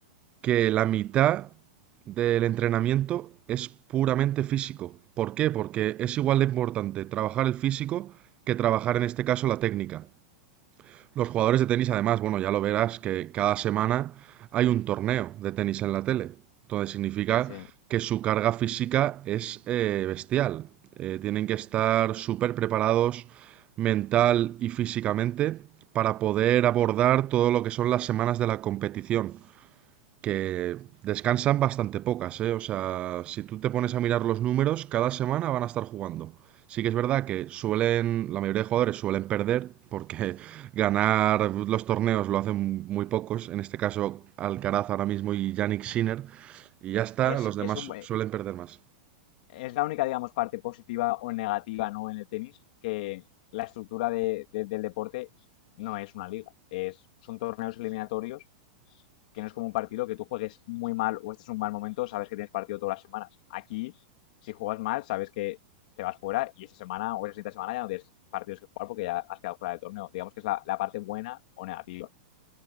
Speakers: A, on the right; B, on the left.
A: que la mitad del entrenamiento es puramente físico. ¿Por qué? Porque es igual de importante trabajar el físico que trabajar en este caso la técnica. Los jugadores de tenis, además, bueno, ya lo verás que cada semana hay un torneo de tenis en la tele. Entonces significa
B: Sí.
A: que su carga física es eh, bestial. Eh, tienen que estar súper preparados mental y físicamente para poder abordar todo lo que son las semanas de la competición que descansan bastante pocas, ¿eh? O sea, si tú te pones a mirar los números, cada semana van a estar jugando. Sí que es verdad que suelen, la mayoría de jugadores suelen perder, porque <laughs> ganar los torneos lo hacen muy pocos, en este caso Alcaraz ahora mismo y Yannick Sinner, y ya está,
B: Es,
A: los demás
B: es un,
A: su- suelen perder más.
B: es la única, digamos, parte positiva o negativa, ¿no? En el tenis, que la estructura de- de- del deporte no es una liga, es, son torneos eliminatorios que no es como un partido que tú juegues muy mal o este es un mal momento, sabes que tienes partido todas las semanas. Aquí, si juegas mal, sabes que te vas fuera y esa semana o esa siguiente semana ya no tienes partidos que jugar porque ya has quedado fuera del torneo. Digamos que es la, la parte buena o negativa.